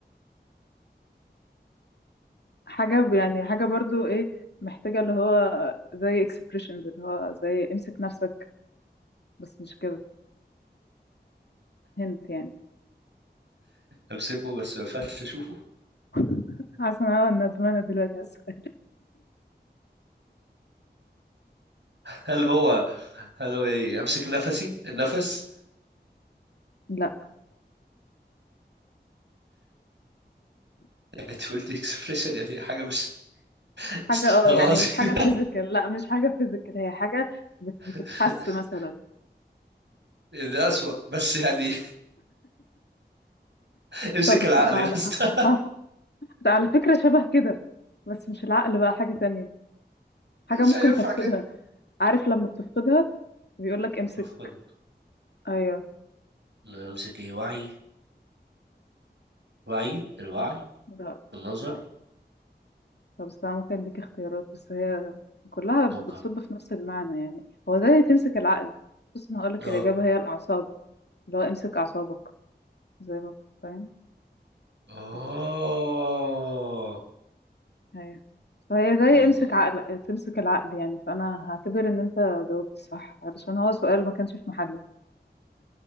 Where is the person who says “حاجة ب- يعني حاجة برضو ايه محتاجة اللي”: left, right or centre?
Left